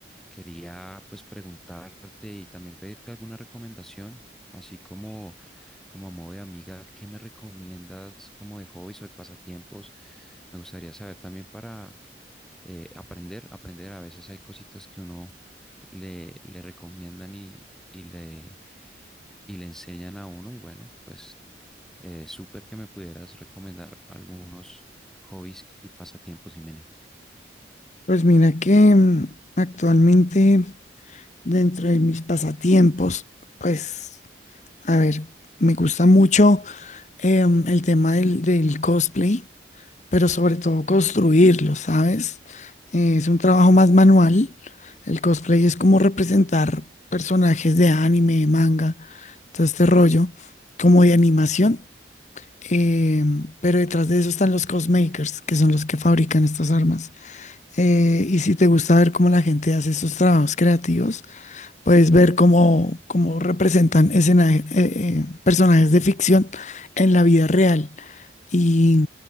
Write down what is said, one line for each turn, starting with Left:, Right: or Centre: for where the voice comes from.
Centre: quería pues preguntarte y también pedirte alguna recomendación, así como, como a modo de amiga, ¿qué me recomiendas como de hobbies o de pasatiempos? Me gustaría saber también para eh, aprender, aprender. A veces hay cositas que uno le, le recomiendan y, y le, y le enseñan a uno. Y bueno, pues eh, súper que me pudieras recomendar algunos hobbies y pasatiempos, Jimena.
Left: Pues mira que mm, actualmente dentro de mis pasatiempos, pues, a ver, me gusta mucho em, el tema del, del cosplay. pero sobre todo construirlo, ¿sabes? Eh, es un trabajo más manual. El cosplay es como representar personajes de anime, manga, todo este rollo, como de animación. Eh, pero detrás de eso están los cosmakers, que son los que fabrican estas armas. Eh, y si te gusta ver cómo la gente hace esos trabajos creativos, Puedes ver cómo, cómo representan escena- eh, eh, personajes de ficción en la vida real. Y